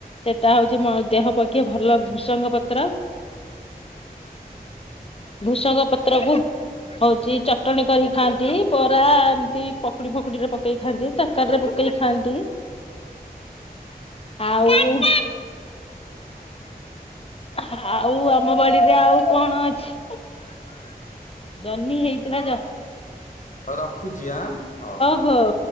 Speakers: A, on the left (about 35°); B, on the left (about 55°).
A: ସେଟା ହୋଉଚି ମୋ ଦେହ ପକ୍ଷେ ଭଲ ଭୃସଙ୍ଗ ପତ୍ର ଭୃସଙ୍ଗ ପତ୍ରକୁ ହଉଛି ଚଟଣୀ କରିକି ଖାଆନ୍ତି ବରା ଏମିତି ପକୁଡି ଫକୁଡିରେ ପକେଇ ଖାଆନ୍ତି। ତା ତରକାରୀ ପକେଇ ଖାଆନ୍ତି। ଆଉ ଆଉ ଆମ ବାଡିରେ ଆଉ କଣ ଅଛି। ଜହ୍ନି ହେଇଥିଲା। ଯ
B: ହୋଉ ରଖୁଛି ଆଁ ହୋଉ।
A: ହୋଉ।